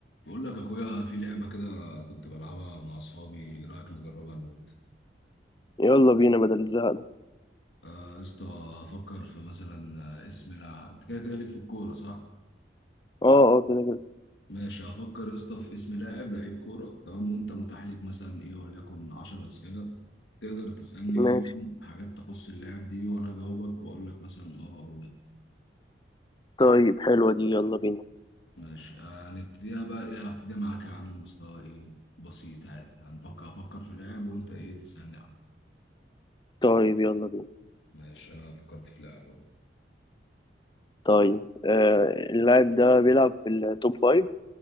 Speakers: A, on the left (about 75°); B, on the left (about 25°).
A: بقول لك اخويا في لعبه كده كنت بلعبها مع اصحابي ايه رايك نجربها انا وانت
B: يلا بينا بدل الزهق ده
A: آه، يا اسطى افكر في مثلا آه، اسم لاعب انت كده كده ليك في الكوره صح
B: اه اه كده كده
A: ماشي هفكر يا اسطى في اسم لاعب لعيب كوره تمام وانت متاح ليك مثلا ايه وليكن 10 اسئله تقدر تسالني
B: ماشي
A: فيهم حاجات تخص اللاعب دي وانا اجاوبك واقول لك مثلا اه او لا
B: طيب حلوة دي يلا بينا
A: ماشي آه، هنبتديها بقى ايه هبتديها معاك يا عم مستوى ايه بسيط عادي هنفكر هفكر في لاعب وانت ايه تسالني عنه
B: طيب يلا بينا
A: ماشي انا فكرت في لاعب اهو
B: طيب آه اللاعب ده بيلعب في التوب فايف